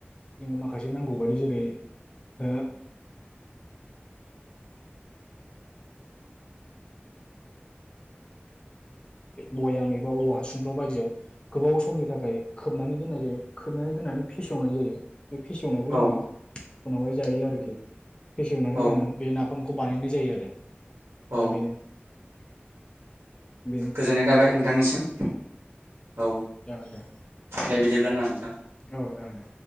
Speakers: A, on the left (about 25°); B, on the right (about 85°).
A: जोङो माखासे नांगौ बादि जेरै <inaudible> बयाम एबा औवा हासुंफ्राव बायदियाव गोबाव समनि थाखाय खोबनानै दोननाय जायो खोबनानै दोननानै फेसेवनाय जायो बे फेसेवनायखौ
B: औ
A: जोङो उनावहाय जायो आरोखि फेसेवनानै
B: औ
A: जोङो बे ना फामखौ बानायनाय जायो आरो दा
B: औ
A: बेनो बेनो
B: गोजोननाय थाबाय नोंथांनिसिम
A: औ
B: औ
A: जागोन दे
B: दे बिदिब्ला ना नोंथां
A: औ जागोनदे